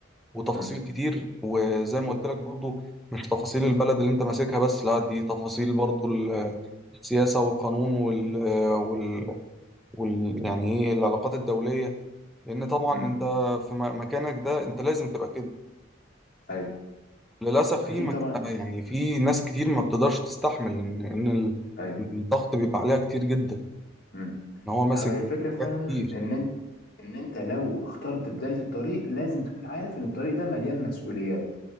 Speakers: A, in the centre; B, on the left.
A: وتفاصيل
B: مم.
A: كتير وزي ما قلت لك برضو مش تفاصيل البلد اللي انت ماسكها بس لا دي تفاصيل برضو ال- السياسة والقانون وال, وال... وال... يعني ايه العلاقات الدولية لان طبعا
B: مم.
A: انت في م- مكانك ده انت لازم تبقى كده
B: ايوه
A: للاسف في
B: اكيد
A: مكان
B: طبعا
A: يعني في
B: مم.
A: ناس كتير ما بتقدرش تستحمل ان ان ال-
B: ايوه
A: الضغط بيبقى عليها كتير جدا
B: مم.
A: ان هو ماسك
B: هو هي الفكرة فعلا
A: حاجات كتير
B: ان انت ان انت لو اخترت بداية الطريق لازم تكون عارف ان الطريق ده مليان مسؤوليات